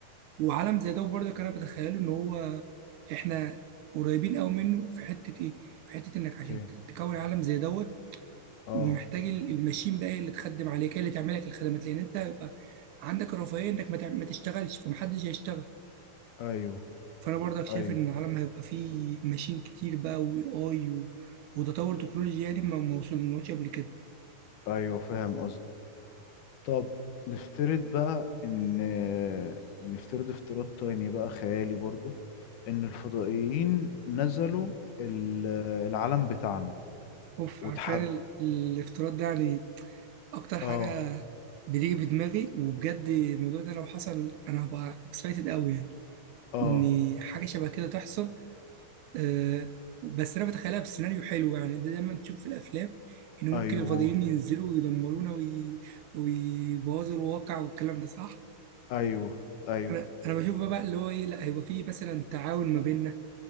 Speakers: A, on the right (about 75°); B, on the left (about 65°).
A: وعالم زي ده برضك أنا بتخيله إن هو إحنا قريبين أوي منه في حتة إيه؟ في حتة إنك عشان
B: ايه
A: ت- تكون عالم زي دوت
B: اه
A: محتاج ال- الماشين بقى هي اللي تخدم عليك هي اللي تعمل لك الخدمات لأن أنت هيبقى عندك الرفاهية إنك ما تع- ما تشتغلش فمحدش هيشتغل
B: ايوه
A: فانا برضك شايف
B: ايوه
A: ان العالم هيبقى فيه ماشين كتير بقى واي اي و... وتطور تكنولوجي يعني ما ما وصلناش قبل كده
B: ايوه فاهم قصدك طب نفترض بقى ان نفترض افتراض تاني بقى خيالي برضو ان الفضائيين نزلوا ال- العالم بتاعنا
A: اوف
B: وتحد
A: عارفين ال... الافتراض ده يعني اكتر حاجه
B: اه
A: بتيجي في دماغي وبجد الموضوع ده لو حصل انا هبقى اكسايتد قوي يعني
B: اه
A: ان حاجه شبه كده تحصل أه بس انا بتخيلها بسيناريو حلو يعني ده دايما تشوف في الافلام ان ممكن
B: ايوه
A: الفضائيين ينزلوا ويدمرونا وي... ويبوظوا الواقع والكلام ده صح
B: ايوه ايوه
A: انا انا بشوف بقى اللي هو ايه لا هيبقى فيه مثلا تعاون ما بيننا